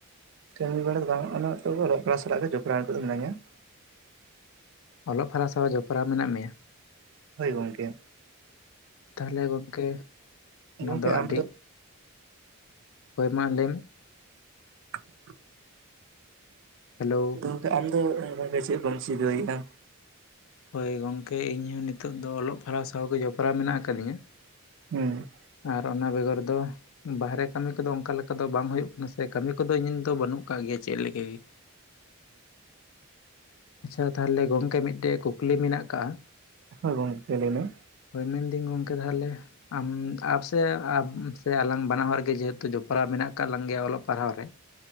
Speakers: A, on the right (about 55°); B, on the left (about 65°).
A: ᱠᱟᱹᱢᱤ ᱵᱟᱲᱟ ᱫᱚ ᱵᱟᱝ ᱚᱱᱟ ᱟᱛᱳ ᱠᱚᱨᱮ ᱠᱞᱟᱵᱽ ᱥᱟᱞᱟᱜ ᱜᱮ ᱡᱚᱯᱲᱟᱣ ᱢᱤᱱᱟᱹᱧᱟ ᱾
B: ᱚᱞᱚᱜ ᱯᱟᱲᱦᱟᱣ ᱥᱟᱶ ᱡᱚᱯᱲᱟᱣ ᱢᱮᱱᱟᱜ ᱢᱮᱭᱟ?
A: ᱦᱳᱭ ᱜᱚᱝᱠᱮ ᱾
B: ᱛᱟᱦᱚᱞᱮ ᱜᱚᱝᱠᱮ ᱚᱱᱟᱫᱚ
A: ᱜᱚᱝᱠᱮ ᱟᱢ
B: ᱟᱹᱰᱤ
A: ᱫᱚ
B: ᱦᱳᱭ, ᱢᱟ ᱞᱟᱹᱭᱢᱮ?
A: <unintelligible> ᱰᱷᱮᱠ-ᱠᱚᱡ ᱾
B: ᱦᱮᱞᱳ
A: ᱫᱟᱹᱞᱛᱮ ᱟᱢ ᱫᱚ ᱪᱮᱫ ᱜᱚᱢ ᱪᱤᱜᱟᱹᱮᱜᱼᱟ?
B: ᱦᱳᱭ ᱜᱚᱝᱠᱮ ᱤᱧᱦᱚᱸ ᱱᱤᱛᱚᱜ ᱫᱚ ᱚᱞᱚᱜ ᱯᱟᱲᱦᱟᱣ ᱥᱟᱶᱜᱮ ᱡᱚᱯᱲᱟᱣ ᱢᱮᱱᱟᱜ ᱟᱠᱟᱫᱤᱧᱟᱹ ᱾
A: ᱦᱩᱺᱻ
B: ᱟᱨ, ᱚᱱᱟ ᱵᱮᱜᱚᱨ ᱫᱚ? ᱵᱟᱦᱨᱮ ᱠᱟᱹᱢᱤ ᱠᱚᱫᱚ ᱚᱱᱠᱟ ᱞᱮᱠᱟ ᱫᱚ ᱵᱟᱝ ᱦᱳᱭᱳᱜ ᱠᱟᱱᱟ ᱥᱮ ᱠᱟᱹᱢᱤ ᱠᱚᱫᱚ ᱤᱧᱟᱹᱜ ᱫᱚ ᱵᱟᱹᱱᱩᱜ ᱟᱠᱟᱜ ᱜᱮᱭᱟ ᱪᱮᱫ ᱞᱟᱹᱜᱤᱜ ᱾ ᱟᱪ-ᱪᱷᱟ ᱛᱟᱦᱞᱮ ᱜᱚᱝᱠᱮ ᱢᱤᱫᱴᱮᱡ ᱠᱩᱠᱞᱤ ᱢᱮᱱᱟᱜ ᱟᱠᱟᱜᱼᱟ?
A: ᱦᱳᱭ ᱜᱚᱝᱠᱮ ᱱᱤᱱᱟᱹᱜ
B: ᱦᱳᱭ ᱢᱮᱱᱫᱟᱹᱧ, ᱜᱚᱳᱠᱮ ᱛᱟᱦᱞᱮ ᱟᱢ ᱟᱯ ᱥᱮ ᱟᱯ ᱥᱮ ᱟᱞᱟᱝ ᱵᱟᱱᱟ ᱦᱚᱲ ᱜᱮ ᱡᱮᱦᱮᱛᱩ ᱡᱚᱯᱲᱟᱣ ᱢᱮᱱᱟᱜ ᱟᱠᱟᱜ ᱞᱟᱝ ᱜᱮᱭᱟ ᱚᱞᱚᱜ ᱯᱟᱲᱦᱟᱣ ᱨᱮ ᱴᱷᱮᱸᱻᱭᱚᱸᱜ ᱾